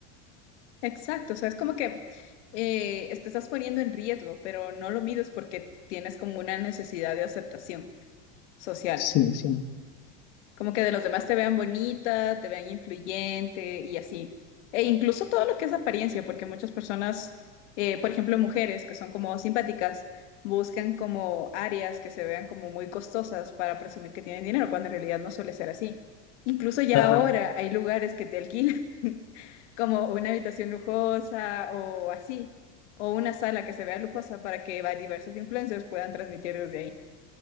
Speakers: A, on the left; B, on the left.
A: Exacto, o sea, es como que eh, te estás poniendo en riesgo, pero no lo mides porque tienes como una necesidad de aceptación. social.
B: Sí, sí.
A: Como que de los demás te vean bonita, te vean influyente y así. E incluso todo lo que es apariencia, porque muchas personas, eh, por ejemplo, mujeres que son como simpáticas, buscan como áreas que se vean como muy costosas para presumir que tienen dinero, cuando en realidad no suele ser así. Incluso ya
B: Ajá.
A: ahora hay lugares que te alquilan <laughs> como una habitación lujosa o así, o una sala que se vea lujosa para que va- diversos influencers puedan transmitir desde ahí.